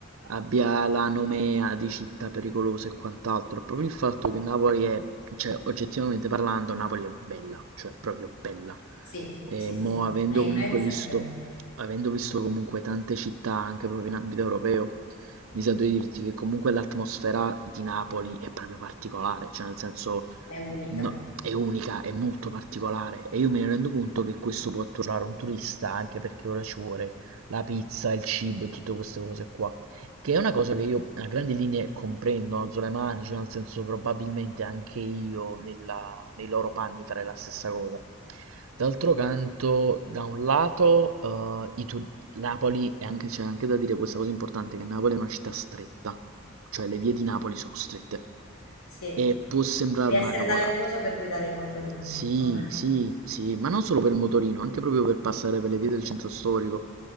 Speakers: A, on the right; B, on the left.
A: abbia la nomea di città pericolosa e quant'altro, è proprio il fatto che Napoli è, cioè oggettivamente parlando, Napoli è bella, cioè proprio bella.
B: Sì,
A: E
B: sì,
A: mo
B: sì, sì.
A: avendo
B: È immensa
A: comunque visto
B: e bella,
A: avendo visto comunque tante città anche proprio in ambito europeo, mi sento di dirti che comunque l'atmosfera di Napoli è proprio particolare, cioè nel senso
B: è unica.
A: no- è unica, è molto particolare e io me ne rendo conto che questo può atturare un turista anche perché ora ci vuole la pizza, il cibo e tutte queste cose qua. Che è una cosa che io a grandi linee comprendo, alzo le mani, cioè nel senso probabilmente anche io nella- nei loro panni farei la stessa cosa. D'altro canto, da un lato, eh, i tu- Napoli, e anche c'è anche da dire questa cosa importante, che Napoli è una città stretta, cioè le vie di Napoli sono strette.
B: Sì,
A: E può sembrare
B: devi
A: una
B: essere
A: cavolata.
B: talentuoso per guidare il motorino.
A: Sì,
B: Sono-
A: sì, sì, ma non solo per il motorino, anche proprio per passare per le vie del centro storico.